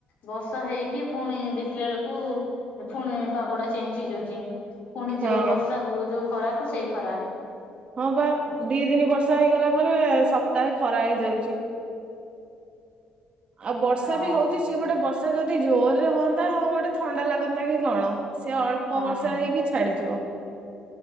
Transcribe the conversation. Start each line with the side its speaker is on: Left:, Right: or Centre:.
Left: ବର୍ଷା ହେଇକି ପୁଣି, ଦେଖିଲା ବେଳକୁ ପୁଣି ପାଗ ଟା ଚେଞ୍ଜ ହେଇଯାଉଛି। ପୁଣି
Right: ହଁ
Left: ଯୋଉ ବର୍ଷା, ଯୋଉ ଖରାକୁ ସେଇ ଖରା।
Right: ହଁ ବା ଦି ଦନି ବର୍ଷା ହେଇଗଲା ପରେ, ସପ୍ତାହେ ଖରା ହେଇଯାଉଛି। ଆଉ ବର୍ଷା
Left: ହଁ
Right: ବି ହଉଛି, ସିଏ ଗୋଟେ ବର୍ଷା ଯଦି ଜୋରରେ ହୁଅନ୍ତା। ହଁ, ଗୋଟେ ଥଣ୍ଡା ଲାଗନ୍ତା କି କଣ। ସେ ଅଳ୍ପ
Left: ହଁ
Right: ବର୍ଷା ହେଇକି ଛାଡିଯିବ।